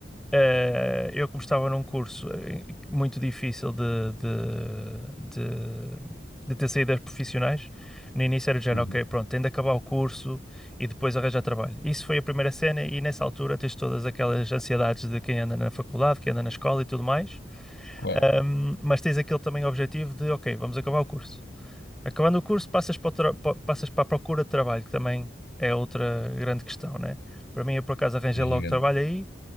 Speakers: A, in the centre; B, on the left.
A: eh, eu como estava num curso eh, muito difícil de, de, de, de ter saídas profissionais, no início era do género,
B: Uhum.
A: ok, pronto, tenho de acabar o curso e depois arranjar trabalho. Isso foi a primeira cena e nessa altura tens todas aquelas ansiedades de quem anda na faculdade, quem anda na escola e tudo mais.
B: Claro.
A: Um, mas tens aquele também objetivo de, ok, vamos acabar o curso. Acabando o curso, passas para, o tra- pa- passas para a procura de trabalho, que também é outra grande questão, né? Para mim, eu por acaso arranjei
B: É
A: logo
B: gigante.
A: trabalho aí,